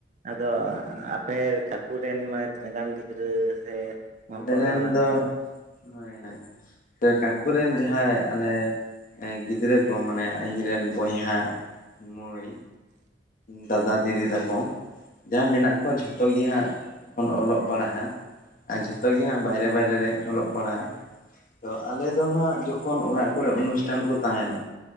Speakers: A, on the right; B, on the left.
A: ᱟᱫᱚ
B: ᱦᱳᱭ
A: ᱟᱯᱮ ᱠᱟᱠᱩ ᱴᱷᱮᱱ ᱢᱟᱱᱮ ᱛᱤᱱᱟᱹᱜ ᱜᱟᱱ ᱜᱤᱫᱽᱨᱟᱹ ᱥᱮ ᱦᱚᱯᱚᱱᱨᱟ
B: ᱟᱞᱮ ᱨᱮᱱ
A: ᱢᱮᱱᱟᱜ
B: ᱫᱚ
A: ᱠᱚᱣᱟ
B: ᱦᱳᱭ ᱦᱳᱭ ᱠᱟᱠᱩ ᱨᱮᱱ ᱡᱟᱦᱟᱸᱭ ᱟᱞᱮ ᱜᱤᱫᱽᱨᱟᱹ ᱠᱚ ᱢᱟᱱᱮ ᱤᱧᱨᱮᱱ ᱵᱚᱭᱦᱟ ᱢᱟᱹᱭ ᱫᱟᱫᱟ ᱫᱤᱫᱤ ᱛᱟᱠᱚ ᱡᱟᱸᱦᱟ ᱢᱮᱱᱟᱜ ᱠᱚᱣᱟ ᱡᱷᱚᱛᱚ ᱜᱮᱦᱟᱸᱜ ᱮᱠᱷᱚᱱ ᱚᱞᱚᱜ ᱯᱟᱲᱦᱟᱜ ᱟᱨ ᱡᱷᱚᱛᱚ ᱜᱮ ᱦᱟᱸᱜ ᱵᱟᱭᱨᱮ ᱵᱟᱭᱨᱮ ᱨᱮ ᱚᱞᱚᱜ ᱯᱟᱲᱦᱟᱜᱼᱟ ᱛᱚ ᱟᱞᱮ ᱫᱚ ᱦᱟᱸᱜ ᱡᱚᱠᱷᱚᱱ ᱚᱲᱟᱜ ᱠᱚᱨᱮᱜ ᱚᱱᱩᱥᱴᱟᱱ ᱠᱚ ᱛᱟᱦᱮᱱᱟ